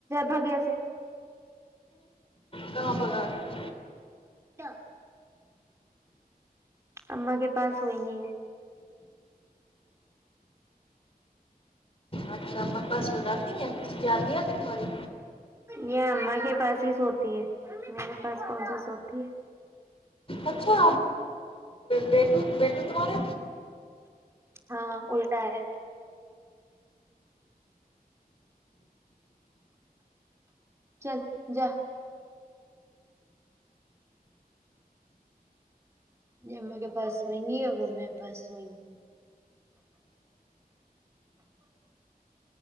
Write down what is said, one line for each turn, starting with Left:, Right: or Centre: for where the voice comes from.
Right: بھاگ یہاں سے
Left: کہاں بھگا رہے
Right: کیا اماں کے پاس ہوئیں گی یے
Left: اچھا اماں کے پاس سو جاتی ہے یاد نہیں آتی تماری
Right: یے اماں کے پاس ہی سوتی ہے میرے پاس کون سا سوتی ہے
Left: اچھا بیٹو بیٹو تمہارے
Right: ہاں اللٹا ہے چل جا جے اماں کے پاس سوئیں گی وہ میرے پاس سوئیں گی